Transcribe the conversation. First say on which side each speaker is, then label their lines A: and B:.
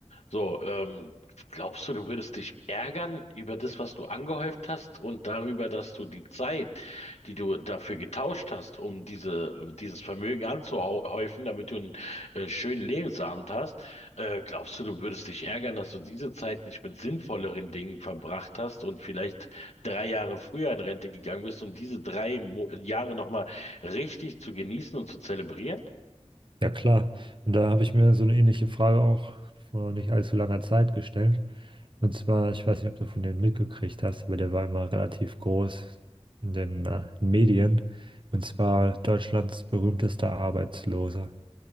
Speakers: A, on the left; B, on the right.
A: So, ähm, glaubst du, du würdest dich ärgern über das, was du angehäuft hast und darüber, dass du die Zeit, die du dafür getauscht hast, um diese, dieses Vermögen anzuhäufen, damit du einen äh, schönen Lebensabend hast, äh, glaubst du, du würdest dich ärgern, dass du diese Zeit nicht mit sinnvolleren Dingen verbracht hast und vielleicht drei Jahre früher in Rente gegangen bist, um diese drei Mo Jahre nochmal richtig zu genießen und zu zelebrieren?
B: Ja, klar. Und da habe ich mir so eine ähnliche Frage auch vor nicht allzu langer Zeit gestellt. Und zwar, ich weiß nicht, ob du von denen mitgekriegt hast, aber der war immer relativ groß in den äh, Medien. Und zwar Deutschlands berühmtester Arbeitsloser,